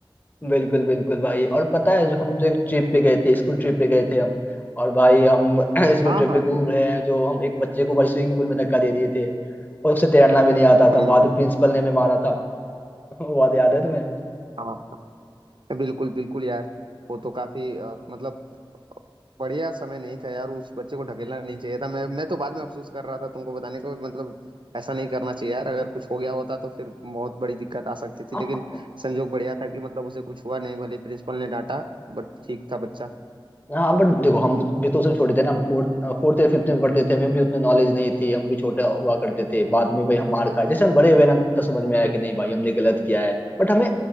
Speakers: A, on the left; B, on the right.
A: बिल्कुल बिल्कुल भाई और पता है जो हम जो ट्रिप पे गए थे स्कूल ट्रिप पे गए थे हम और भाई हम <clears throat> स्कूल
B: हाँ
A: ट्रिप
B: हाँ
A: पे घूम रहे हैं जो हम एक बच्चे को भाई स्विमिंग पूल में धक्का दे दिए थे और उसे तैरना भी नहीं आता
B: हम्म,
A: था बाद में प्रिंसिपल ने हमें मारा था <laughs> वो बात याद है
B: हाँ बिल्कुल बिल्कुल यार वो तो काफी अ, मतलब बढ़िया समय नहीं था यार उस बच्चे को ढकेलना नहीं चाहिए था मैं मैं तो बाद में अफसोस कर रहा था तुमको बताने को मतलब ऐसा नहीं करना चाहिए यार अगर कुछ हो गया होता तो फिर बहुत बड़ी दिक्कत आ सकती थी
A: तुम्हें
B: लेकिन संजोग बढ़िया था कि मतलब उसे कुछ हुआ नहीं भले प्रिंसिपल ने डांटा बट ठीक था बच्चा
A: हाँ बट देखो हम भी तो उसमें छोटे थे ना हम फोर्थ फोर्थ या फिफ्थ में पढ़ते थे हमें भी उतनी नॉलेज नहीं थी हम भी छोटे हुआ करते थे बाद में भाई हम मार खाए जैसे हम बड़े हुए ना हम तो समझ में आया कि नहीं भाई हमने गलत किया है बट हमें